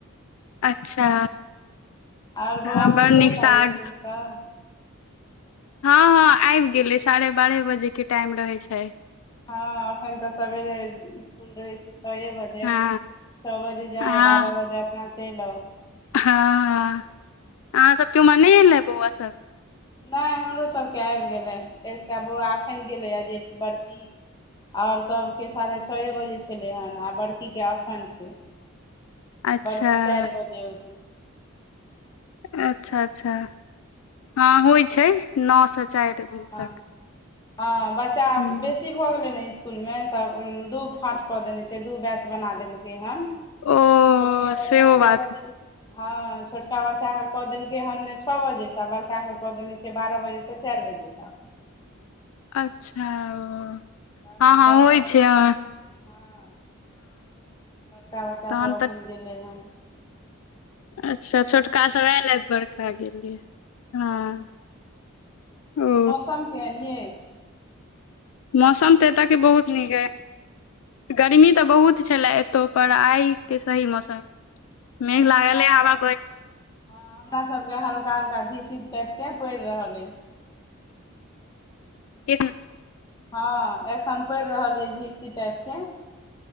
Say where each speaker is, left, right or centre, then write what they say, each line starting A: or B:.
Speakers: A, on the left (about 75°); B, on the left (about 20°).
A: अच्छा
B: आऔर बौआ
A: हँ बड़
B: सब
A: नीक
B: चलि रहलै
A: साग
B: इसकुल से
A: हँ हँ आबि गेलै साढ़े बारह बजे के टाइम रहे छै
B: हँ अखन त सबेरे सकूल रहे छै छ़ बजे जे
A: हँ
B: छओ बजे जाहो
A: हँ
B: बारह बजे अपना चलि आओ
A: हँ अहाँ सबके उम्हर नहि एल हे बौआ सब
B: नहि हमरो सभके आबि गेलै एकटा बौआ एखन गेलैए जे बड़की आओर सभके साढ़े छओ बजे छलै हेँ आ बड़कीके एखन छै आ
A: अच्छा
B: बड़की चारि बजे औतै
A: अच्छा अच्छा हँ होइ छै नओ सए चारि
B: हँ
A: तक
B: हँ बच्चा
A: हुँ
B: बेसी भऽ गेलै ने स्सकुल मे तऽ दू फाट कऽ देने छै दू बैच बना देलकै हन
A: ओ
B: छोटका बच्चाके
A: सेहो बात
B: क
A: हेतै।
B: देल हँ छोटका बच्चाक के कऽ देलकै हेन छओ बजेसँ बड़का के कऽ देने छै बारह बजेसँ तऽ चारि बजे तक
A: अच्छा ओ
B: तऽ एखन
A: हँ हँ
B: बड़का
A: होइ छै अ
B: हँ बड़का बच्चासभ
A: तहन तऽ
B: अपन गेलै हन
A: अच्छा छोटकासभ आयेल बड़का गेलियै हँ ओ <unintelligible>
B: मौसम केहन अछि
A: मौसम ते एतय के बहुत नीक अय गर्मी
B: अच्छा
A: तऽ बहुत छले एतो पर आइ के सही मौसम मे
B: नहि
A: मेघ
B: हमरा
A: लागल हय
B: सब
A: हाबा
B: हँ हमरा सब के हल्का हल्का झिसि टाइप के पड़ि रहल अछि
A: एक <unintelligible>
B: हँ एखन पड़ि रहल अय झिंसी टाइप के